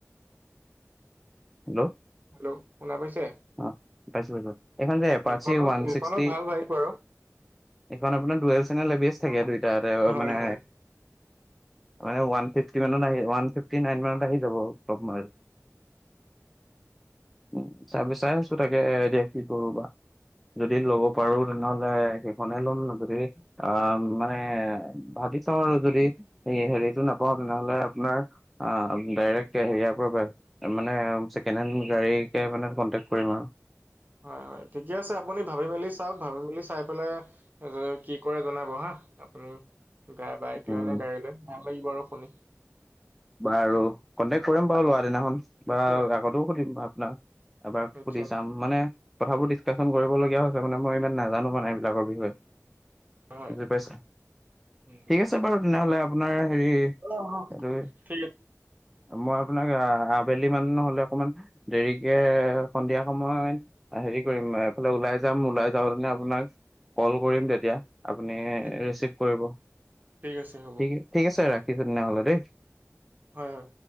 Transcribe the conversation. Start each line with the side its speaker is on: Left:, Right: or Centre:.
Centre: হেল্ল'!
Right: হেল্ল' শুনা পাইছে?
Centre: অ পাইছো পাইছো এই খন যে এপাছি
Right: সেইখনো
Centre: ওৱান
Right: সেইখনো
Centre: ছিক্সটি
Right: ভাল বাইক বাৰু
Centre: এইখন আপোনাৰ dual channel A B S থাকে দুইটাতে
Right: হয়,
Centre: মানে
Right: হয়, হয়,
Centre: মানে ওৱান ফিফটি মানত আহ ওৱান ফিফটি নাইন মানত আহি যাব টপ মডেল। উম চাই বিছাৰি আছো তাকে এতিয়া কি কৰো বা। যদি ল'ব পাৰো তেনেহ'লে সেইখনে ল'ম যদি অ মানে ভাবি চাও আৰু যদি এই হেৰিটো না পাওঁ তেনেহলে আপোনাৰ ডাইৰেক্ট হেৰিয়াৰ পৰাই মানে ছেকেণ্ড হেণ্ড গাড়ীকে মানে কণ্টেক্ট কৰিম আৰু।
Right: হয় হয় ঠিকে আছে আপুনি ভাবি মেলি চাওঁক ভাবি মেলি চাই পেলাই কি কৰে জনাব হা আপুনি। গাই বাইক লৈ
Centre: উম
Right: নে গাড়ী লৈ ভাল লাগিব আৰু শুনি।
Centre: বাৰু কন্টেক্ট কৰিম বাৰু লোৱা দিনাখন
Right: নিশ্চয়,
Centre: বা আগতেও সুধিম বা আপোনাক। এবাৰ সুধি
Right: নিশ্চয়, নিশ্চয়,
Centre: চাম মানে কথাবোৰ ডিচকাচন কৰিবলগীয়া হৈছে মানে মই ইমান নাজানো মানে এইবিলাকৰ বিষয়ে।
Right: হয়,
Centre: বুজি পাইছা
Right: উম,
Centre: ঠিক আছে বাৰু তেনেহলে আপোনাৰ হেৰি
Right: অ অ
Centre: এইটো
Right: ঠিক আছে।
Centre: মই আপোনাক আবেলি মান নহলে অকমান দেৰিকে সন্ধিয়া সময়ত হেৰি কৰিম এইফালে ওলাই যাম ওলাই যাও তেনে আপোনাক কল কৰিম তেতিয়া। আপুনি
Right: উম,
Centre: ৰিচিভ কৰিব।
Right: ঠিক আছে হ'ব
Centre: ঠিক ঠিক আছে ৰাখিছো তেনেহ'লে দেই।
Right: হয় হয়।